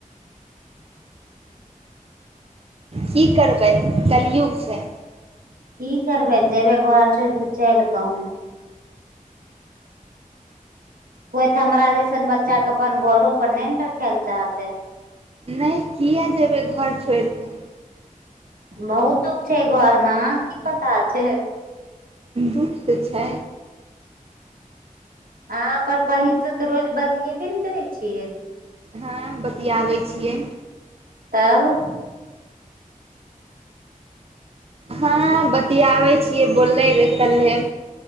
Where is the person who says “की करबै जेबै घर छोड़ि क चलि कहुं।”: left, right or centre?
Right